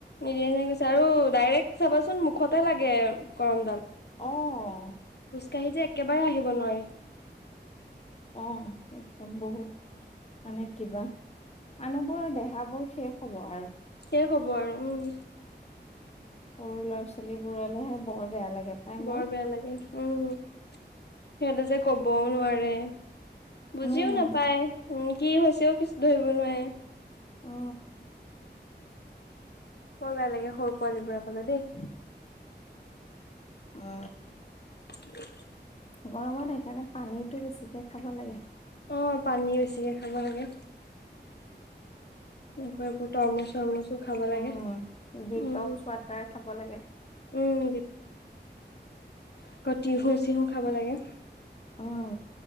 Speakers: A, on the left (about 65°); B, on the left (about 35°).
A: নিদিয়ে এনে কৈছে আৰু ডাইৰেক্ট চাবাচোন মুখতে লাগে গৰমডাল।
B: অ,
A: খোজকাঢ়ি যে একেবাৰে, আহিব নোৱাৰি।
B: অহ, একদম বহুত। মানে কিবা মানুহবোৰৰ দেহাবোৰ শেষ হ'ব আৰু।
A: সেই হ'ব আৰু উম,
B: সৰু ল'ৰা ছোৱালী বোৰলেহে বৰ। বেয়া লাগে পাই
A: বৰ
B: মোৰ
A: বেয়া লাগে। উম, সিহঁতে যে ক'বও নোৱাৰে বুজিও
B: উম
A: নাপায় উ, কি হৈছেও কিছু ধৰিব নোৱাৰে।
B: অ,
A: বৰ বেয়া লাগে সৰু পোৱালীবোৰ কলৈ দেই।
B: অ,
A: <inaudible>
B: গৰমত সেইকাৰণে পানীটো বেছিকে খাব লাগে।
A: অ পানী বেছিকে খাব লাগে <unintelligible> খাব লাগে।
B: উম ডিটক্স
A: উম,
B: ৱাটাৰ খাব লাগে
A: উম, আকৌ তিহু-চিহু খাব লাগে।
B: উম